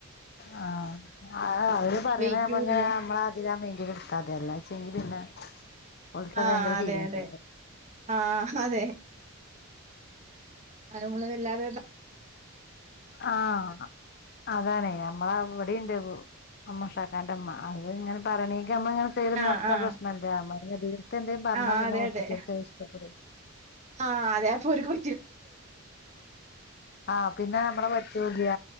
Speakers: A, on the left; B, on the right.
A: ആഹ് ആഹ് അവര് പറയണങ്ങനെ
B: വെയ്ക്കൂല്ല
A: നമ്മള അതിലാ മെണ്ടില് എടുത്താതെ എല്ലാച്ചി പിന്നെ ഓൾക്ക്
B: ആഹ്
A: ഭയങ്കര
B: അതെ
A: ഫീലിങ്സ
B: അതെ ആഹ് അതെ ആരുള്ളതല്ലാതെ
A: ആഹ് അതാണ് നമ്മള അവിടെണ്ട് അമ്മഷാക്കാൻന്റെ അമ്മ അത് ഇങ്ങനെ പറഞ്ഞീക്കമ്മ ഇങ്ങനെ
B: ആഹ്
A: ർത്ത
B: ആഹ്
A: പ്രശ്നമല്ല അമ്മീത്തെ എന്തും പറഞ്ഞാ
B: ആഹ്
A: പിന്നെ
B: അതെ
A: മുപ്പത്തിയ
B: അതെ
A: ഇഷ്ടപ്പെട
B: ആഹ് അതെ അപ്പോരാക്ക്
A: ആ ഹ് പിന്നെ നമ്മടെ പരിച്ചുപോക്കിയ